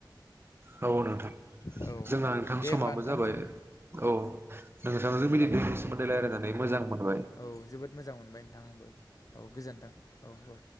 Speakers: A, on the right; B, on the left.
A: औ नोंथां
B: औ
A: जोंना नोंथां
B: दे
A: समाबो
B: होमबा नोंथां
A: जाबाय
B: जों
A: औ नोंथांजों बिदि दैनि सोमोन्दै रायलायनानै मोजां मोन
B: औ जोबोद मोजां मोनबाय नोंथांंबो औ गोजोन्थों औ औ